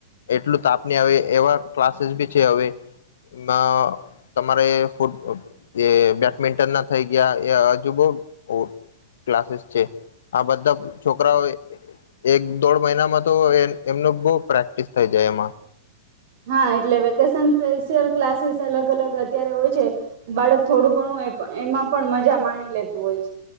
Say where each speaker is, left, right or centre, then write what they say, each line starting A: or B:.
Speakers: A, on the left; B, on the right.
A: એટલું તાપની આવે એવા ક્લાસિસ બી છેે હવે. ના તમારે ફૂટ એ બે બેટમીન્ટન ના થઈ ગયા એ હજુ બો અ ક્લાસિસ છે. આ બધા છોકરાઓએ એક દોઢ મહિનામાં તો એમનો બો પ્રેક્ટિસ થઈ જાય એમાં.
B: હા, એટલે વેકેશન સ્પેશિયલ ક્લાસિસ અલગ અલગ અત્યારે હોય છે બાળક થોડું ઘણું એ એમાં પણ મજા માણી લેતું હોય છે.